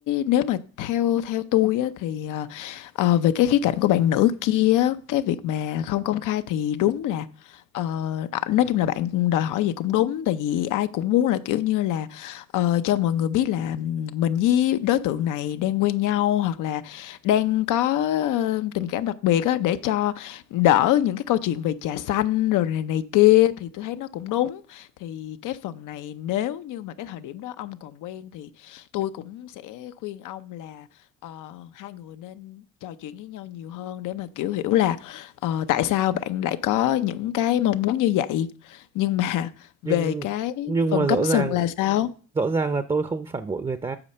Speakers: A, on the left; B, on the right.
A: nếu mà theo theo tôi á thì ờ, ờ, về cái khía cạnh của bạn nữ kia á, cái việc mà không công khai thì đúng là ờ, ờ, nói chung là bạn đòi hỏi gì cũng đúng, tại vì ai cũng muốn là kiểu như là ờ, cho mọi người biết là mình với đối tượng này đang quen nhau hoặc là đang có ờ, tình cảm đặc biệt á để cho đỡ những cái câu chuyện về trà xanh rồi này này kia thì tôi thấy nó cũng đúng thì cái phần này nếu như mà cái thời điểm đó ông còn quen thì tôi cũng sẽ khuyên ông là ờ, hai người nên trò chuyện với nhau nhiều hơn để mà kiểu hiểu là ờ, tại sao bạn lại có những cái mong muốn như vậy nhưng mà về
B: Nhưng
A: cái
B: nhưng
A: phần
B: mà
A: cắm
B: rõ
A: sừng
B: ràng
A: là sao
B: rõ ràng là tôi không phản bội người ta